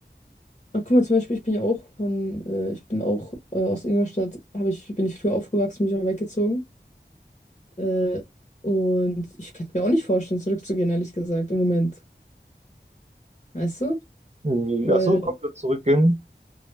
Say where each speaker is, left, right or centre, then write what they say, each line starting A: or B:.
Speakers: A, on the left (about 35°); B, on the right (about 40°).
A: Ah, guck mal, zum Beispiel, ich bin ja auch von, äh, ich bin auch äh, aus Ingolstadt, habe ich, bin ich früher aufgewachsen, bin ich auch weggezogen. Äh, und ich könnte mir auch nicht vorstellen, zurückzugehen, ehrlich gesagt, im Moment. Weißt du?
B: Irgendwie,
A: Weil
B: Ach so, komplett zurückgehen.